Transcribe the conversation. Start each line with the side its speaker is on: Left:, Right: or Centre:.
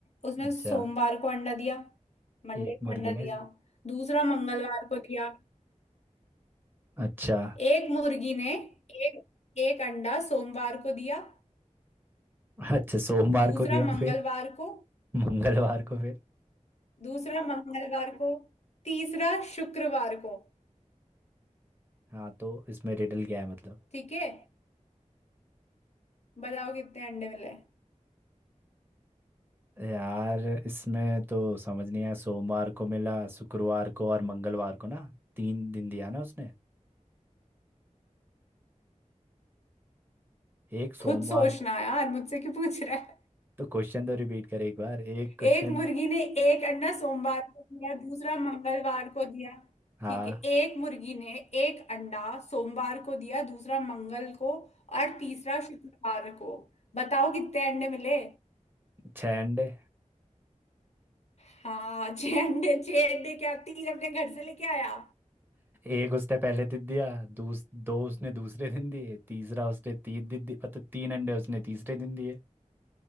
Left: उसने
Right: अच्छा
Left: सोमवार को अंडा दिया मंडे
Right: एक
Left: को
Right: मुर्गी
Left: अंडा दिया
Right: ने
Left: दूसरा मंगलवार को दिया
Right: अच्छा
Left: एक मुर्गी ने एक एक अंडा सोमवार को दिया
Right: अच्छा सोमवार
Left: दूसरा
Right: को दिया
Left: मंगलवार
Right: फिर
Left: को
Right: मंगलवार को फिर
Left: दूसरा मंगलवार को तीसरा शुक्रवार को
Right: हाँ तो इसमें रिडल क्या है मतलब
Left: ठीक है बताओ कितने अंडे मिले
Right: यार इसमें तो समझ नहीं आया सोमवार को मिला शुक्रवार को और मंगलवार को ना तीन दिन दिया ना उसने एक सोमवार
Left: खुद सोचना यार मुझसे क्यों पूछ रहा है
Right: तो क्वेश्चन तो रिपीट कर एक बार एक क्वेश्चन
Left: एक मुर्गी ने एक अंडा सोमवार को दिया दूसरा मंगलवार को दिया
Right: हाँ
Left: ठीक है एक मुर्गी ने एक अंडा सोमवार को दिया दूसरा मंगल को और तीसरा शुक्रवार को बताओ कितने अंडे मिले
Right: छह अंडे
Left: हाँ छह अंडे छह अंडे क्या तीन अपने घर से लेके आया
Right: एक उसने पहले दिन दिया दूस, दो उसने दूसरे दिन दिए तीसरा उसने तीन दिन दिए मतलब तीन अंडे उसने तीसरे दिन दिए